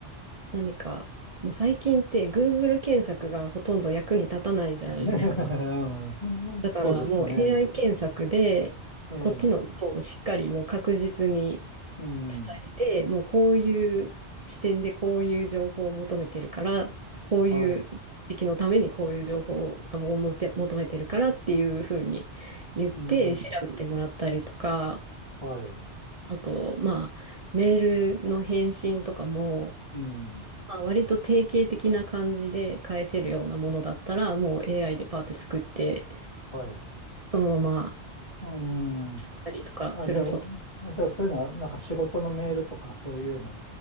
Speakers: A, on the right; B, on the left.
A: 何か、もう最近って Google 検索がほとんど役に立たないじゃないですか。
B: <laughs> うんそうですね。
A: だからもう AI 検索でこっちの意図をしっかりもう確実に
B: ええ、うん、
A: 伝えて、もうこういう視点でこういう情報を求めてるから、こういう目的のためにこういう情報をあもうもて求めてるからっていうふうに言って調べてもらったりとか、
B: はい、うん、はい、
A: あと、まあ、メールの返信とかも、
B: うん、
A: まあ、割と定型的な感じで返せるようなものだったら、もう AI でパーって作って、
B: はい、
A: そのまま
B: うん。
A: やったりとかすること
B: あ、じゃあ、じゃあそういうのは、なんか仕事のメールとかそういうのっ